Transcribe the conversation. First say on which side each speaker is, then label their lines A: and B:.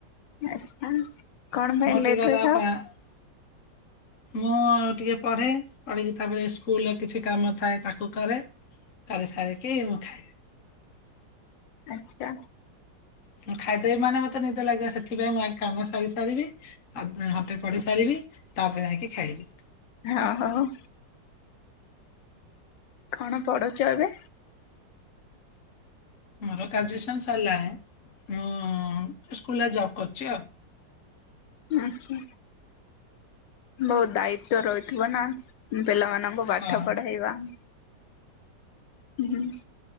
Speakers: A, on the left; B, on the left.
A: ଆଚ୍ଛା। କଣ ପାଇଁ
B: ମୋର ଟିକେ
A: ଲେଟ
B: ଗଲା
A: ରେ ଖାଅ?
B: ପା ମୁଁ ଟିକେ ପଢେ ପଢିକି ତାପରେ ସ୍କୁଲରେ କିଛି କାମ ଥାଏ ତାକୁ କରେ କରି ସାରିକି ମୁଁ ଖାଏ।
A: ଆଛା।
B: ହଁ ଖାଇଦେବ ମାନେ ମତେ ନିଦ ଲାଗିବ ସେଥିପାଇଁ ମୁଁ ଆଗ କାମ ସାରି ସାରିବି ଘଣ୍ଟେ ପଢି ସାରିବି ତାପ ଯାଇକି ଖାଇବି।
A: ହଁ ହ। କଣ ପଢୁଛ ଏବେ?
B: ମୋର ଗ୍ରାଜୁଏସନ୍ ସରିଲାଣି, ମୁଁ ସ୍କୁଲ୍ ରେ ଜବ୍ କରୁଚି ଆଉ।
A: ଆଚ୍ଛା। ବହୁତ ଦାୟିତ୍ଵ ରହିଥିବ ନା ଉଁ, ପିଲାମାନ ଆଙ୍କୁ ପାଠ
B: ହଁ
A: ପଢେଇବା। ଉଁ, ହୁଁ।